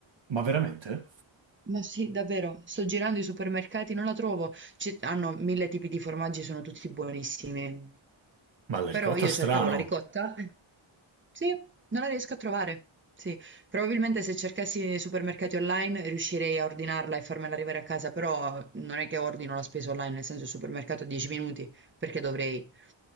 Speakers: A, on the right (about 65°); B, on the right (about 25°).
A: ma veramente?
B: Ma sì, davvero, sto girando i supermercati, non la trovo. Ci- hanno mille tipi di formaggi, sono tutti buonissimi.
A: Ma la
B: Però
A: ricotta
B: io
A: strano.
B: cercavo la ricotta. Sì, non la riesco a trovare. Sì, probabilmente se cercassi nei supermercati online riuscirei a ordinarla e farmela arrivare a casa, però non è che ordino la spesa online, nel senso il supermercato a 10 minuti, perché dovrei.